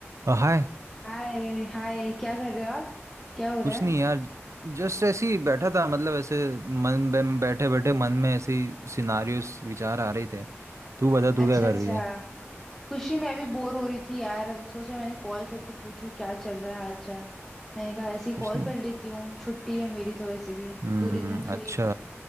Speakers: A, on the right (about 85°); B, in the centre.
A: अ, हाय
B: हाय hi क्या कर रहे हो आप क्या हो रहा
A: कुछ
B: है
A: नहीं यार जस्ट ऐसे ही बैठा था मतलब ऐसे मन बैठे बैठे मन में ऐसे ही सिनारियोस विचार आ रहे थे तू बता तू
B: अच्छा
A: क्या कर
B: अच्छा
A: रही है
B: खुशी मैं अभी बोर हो रही थी यार अब सोचा मैंने कॉल करके पूछूं क्या चल रहा है हाल चाल मैंने कहा ऐसे ही
A: कुछ
B: कॉल
A: नहीं
B: कर लेती हूँ छुट्टी है मेरी तो वैसे भी
A: हम्म
B: पूरे दिन फ्री
A: अच्छा
B: हूँ